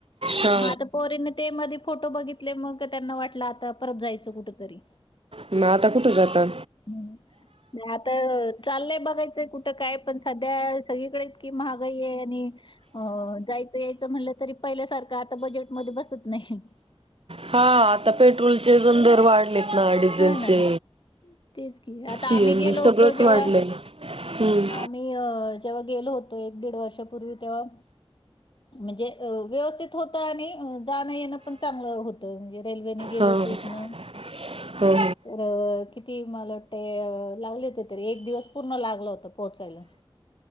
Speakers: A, on the right; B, on the left.
A: हा
B: तर माझ पोरीनी ते मध्ये फोटो बघितले मग त्यांना वाटलं आता परत जायचं कुठतरी
A: मग आता कुठं जाता
B: म आता चालय बघायचंय कुठं काय पण सध्या सगळीकडे इतकी महागाई आहे आणि जाय याच म्हटलं तरी पहिल्या सारखं आता बजेट मध्ये बसत नाही
A: हा आता पेट्रोलचे गण दर वाढलेत ना डिझेलचे
B: हा ना तेच की आता
A: सीएनजी
B: आम्ही गेलो
A: सगळंच
B: होतो. जेव्हा
A: वाढलंय हम्म
B: आम्ही अ. जेव्हा गेलो होतो एक दीड वर्षपूर्वी तेव्हा, म्हणजे व्यवस्थित होत आणि जाणं येणं पण चांगलं होतं म्हणजे. रेल्वेने गेलो
A: हा हो
B: होतो इतन.
A: हो
B: तर किती मला वाटते. लागले होते तरी एक दिवस पूर्ण लागला. होता पोहोचायला हो <inaudible>